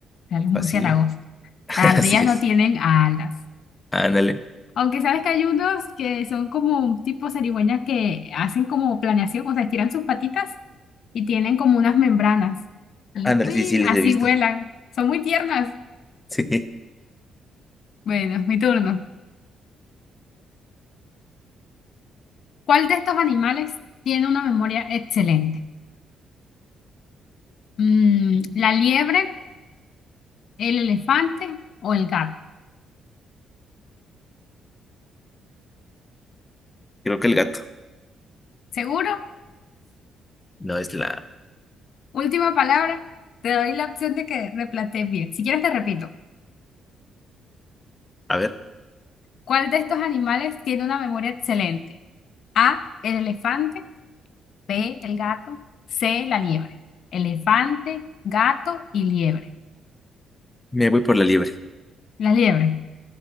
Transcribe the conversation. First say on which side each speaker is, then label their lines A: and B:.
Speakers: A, on the left (about 65°); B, on the left (about 20°).
A: O sea, los murciélagos.
B: Fácil. <laughs>
A: Las ardillas
B: Así es.
A: no tienen alas.
B: Ándale.
A: Aunque sabes que hay unos que son como un tipo zarigüeñas que hacen como planeación, o sea, estiran sus patitas y tienen como unas membranas. Y
B: Ándale,
A: ¡uin!
B: sí, sí, los
A: así
B: he visto.
A: vuelan.
B: <laughs>
A: Son muy tiernas.
B: Sí,
A: Bueno, es mi turno. ¿Cuál de estos animales tiene una memoria excelente? Mm, ¿la liebre, el elefante o el gato?
B: creo que el gato.
A: ¿Seguro?
B: No es la.
A: Última palabra. Te doy la opción de que replantees bien. Si quieres, te repito.
B: A ver,
A: ¿Cuál de estos animales tiene una memoria excelente? A, el elefante. B, el gato, C, la liebre. Elefante, gato y liebre.
B: me voy por la liebre.
A: La liebre.